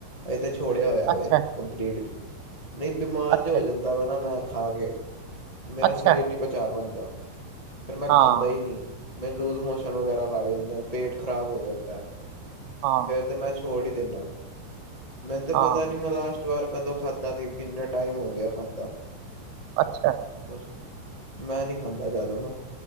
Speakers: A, on the left; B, on the right.
A: ਅਸੀ ਤੇ ਛੋੜਿਆ ਹੋਇਆ ਵੇ
B: ਅੱਛਾ
A: ਕੰਪਲੀਟਲੀ, ਨਹੀਂ ਬਿਮਾਰ
B: ਅੱਛਾ
A: ਜ ਹੋ ਜਾਂਦਾ ਵਾ ਨਾ ਮੈਂ ਖਾ ਕੇ ਮੇਰਾ
B: ਅੱਛਾ
A: ਸਰੀਰ
B: ਅੱਛਾ
A: ਨਹੀਂ ਪਚਾ ਪਾਉਂਦਾ, ਫਿਰ ਮੈਂ ਖਾਂਦਾ
B: ਹਾਂ
A: ਹੀ ਨਹੀਂ ਮੈਨੂੰ ਲੂਜ ਮੋਸ਼ਨ ਵਗੈਰਾ ਲੱਗ ਜਾਂਦੇ ਪੇਟ ਖ਼ਰਾਬ ਹੋ ਜਾਂਦਾ,
B: ਹਾਂ
A: ਫੇਰ ਤੇ ਮੈਂ ਛੋੜ ਹੀ ਦੇਣਾ ਆਂ ਮੈਨੂੰ ਤਾਂ
B: ਹਾਂ
A: ਪਤਾ ਨੀ ਮੈਂ ਲਾਸਟ ਵਾਰ ਕਦੋਂ ਖਾਧਾ ਸੀ, ਕਿੰਨਾ ਟਾਈਮ ਹੋ ਗਿਆ ਖਾਧਾ
B: ਅੱਛਾ
A: ਕੁ ਮੈਂ ਨੀ ਖਾਂਦਾ ਜਿਆਦਾ ਨਾ